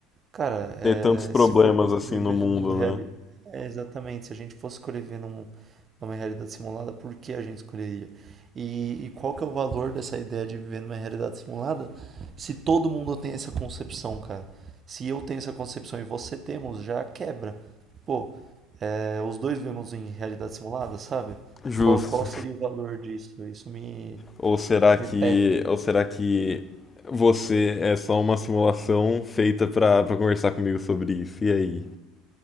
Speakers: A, on the right; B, on the left.
A: Cara, é,
B: Ter tantos problemas
A: se for pra escrever
B: assim no mundo,
A: no mundo real,
B: né?
A: é, exatamente, se a gente fosse escolher viver num- numa realidade simulada, por que a gente escolheria? E, e qual que é o valor dessa ideia de viver numa realidade simulada se todo mundo tem essa concepção, cara? Se eu tenho essa concepção e você temos, já quebra. Pô, é, os dois vivemos em realidade simulada, sabe?
B: Justo.
A: Qual, qual seria o valor disso? Isso me,
B: Ou será que,
A: me pega.
B: ou será que você é só uma simulação feita pra, pra conversar comigo sobre isso? E aí?